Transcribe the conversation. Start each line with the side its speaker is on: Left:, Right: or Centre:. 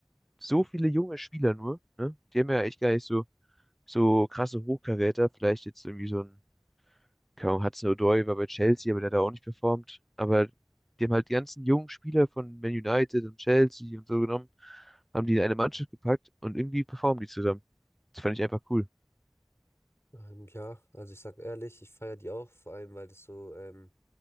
Centre: so viele junge Spieler nur, ne? Die haben ja echt gar nicht so, so krasse Hochkaräter. Vielleicht jetzt irgendwie so ein, keine Ahnung, Hudson-Odoi war bei Chelsea, aber der hat da auch nicht performt. Aber die haben halt die ganzen jungen Spieler von Man United und Chelsea und so genommen, haben die in eine Mannschaft gepackt und irgendwie performen die zusammen. Das fand ich einfach cool.
Left: Ähm, ja, also ich sag ehrlich, ich feiere die auch, vor allem weil das so ähm,